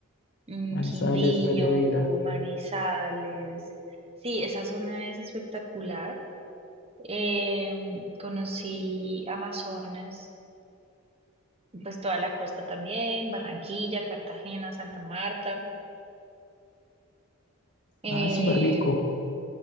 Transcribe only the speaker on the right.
mm,
Quindío,
Manizales. Sí, esa zona es espectacular. Eh, conocí Amazonas, pues toda la costa también, Barranquilla, Cartagena, Santa Marta. Eh,